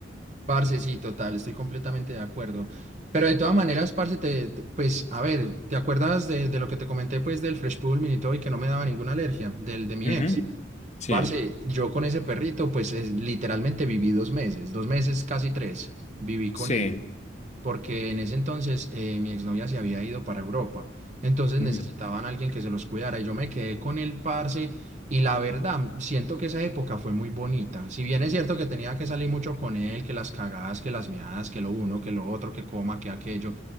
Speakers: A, on the right; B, on the left.
A: Parce, sí, total, estoy completamente de acuerdo. Pero de todas maneras, parce, te, te- pues, a ver, ¿te acuerdas de, de lo que te comenté, pues, del Fresh Poodle Mini Toy que no me daba ninguna alergia, del de mi
B: Ujú.
A: ex? Ujú.
B: Sí,
A: Parce, yo con ese perrito, pues, es- literalmente viví dos meses, dos meses, casi tres, viví con
B: sí,
A: él. porque en ese entonces eh, mi exnovia se había ido para Europa, entonces necesitaban
B: ujú.
A: a alguien que se los cuidara y yo me quedé con el parce y la verdad siento que esa época fue muy bonita, si bien es cierto que tenía que salir mucho con él, que las cagadas, que las miadas, que lo uno, que lo otro, que coma, que aquello,